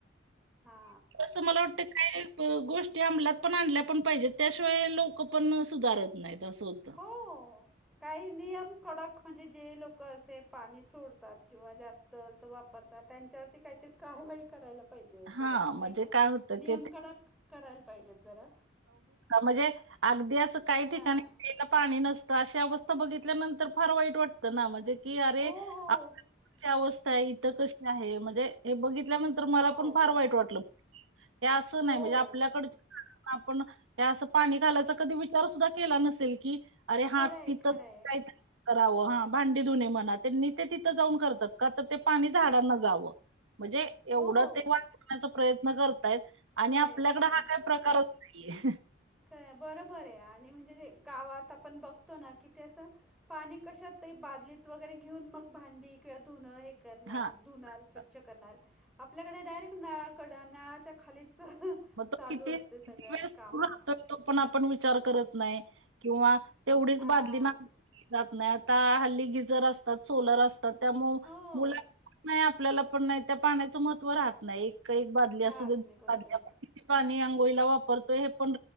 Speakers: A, in the centre; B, on the right (about 80°).
A: हा.
B: असं मला वाटतं काही गोष्टी अंमलात पण आणल्या पण पाहिजेत त्याशिवाय लोक पण सुधारत नाहीत अस. होत.
A: हो. काही नियम. कडक म्हणजे जे लोक असे पाणी सोडतात किंवा जास्त अस वापरतात त्यांच्या. काहीतरी कारवाई करायला पाहिजेत
B: हां,
A: नाही
B: म्हणजे
A: का
B: काय होतं,
A: नियम
B: की ते
A: कडक कराय. पाहिजेत जरा.
B: म्हणजे अगदी असं काही
A: हां.
B: ठिकाणी. पाणी नसतं अशी अवस्था बघितल्यानंतर‌. फार वाईट वाटतं ना म्हणजे की अरे
A: हो आपल्याला.
B: कशी अवस्था आहे इथं कशी आहे म्हणजे. हे बघितल्यानंतर मला
A: हो
B: पण फार
A: हो
B: वाईट वाटलं हे असं
A: हो
B: नाही म्हणजे आपल्याकड. आपण. त्या असं पाणी घालायचा कधी विचार सुद्धा केला नसेल की अरे
A: खरं
B: हात
A: आहे
B: तिथंय.
A: खरं आहे
B: करावं हा भांडी धुणे म्हणा त्यांनी ते तिथं जाऊन करतात का तर ते पाणी झाडांना जावं. म्हणजे एवढं
A: म्हणजे
B: ते वाचण्याचा प्रयत्न करतायत आणि
A: प्रयत्न
B: आपल्याकडे हा काय प्रकार नाही. ह.
A: का बरोबर आहे आणि म्हणजे ते गावात आपण बघतो ना की ते असं. पाणी कशात तरी बादलीत वगैरे घेऊन मग भांडी. धुणार हे करणार
B: हा करतात
A: स्वच्छ करणार आपल्याकडे डायरेक्ट नळा खाली कड नळाच्या खालीच
B: मग तो
A: चालू
B: किती
A: असते
B: किती
A: सगळे
B: वेळ सुरू
A: काम.
B: राहतोय तो पण आपण विचार करत नाही किंवा तेवढीच
A: हा
B: बाधली नाही. जात नाही आता हल्ली गिजर असतात सोलर असतात त्यामु
A: हो
B: मुला. नाही आपल्याला पण नाही त्या पाण्याचं महत्त्व राहत नाही एक एक बादली
A: राहत
B: असू दे
A: नाही बरोबर
B: बादली.
A: आहे
B: किती पाणी अंघोळीला वापरतोय हे पण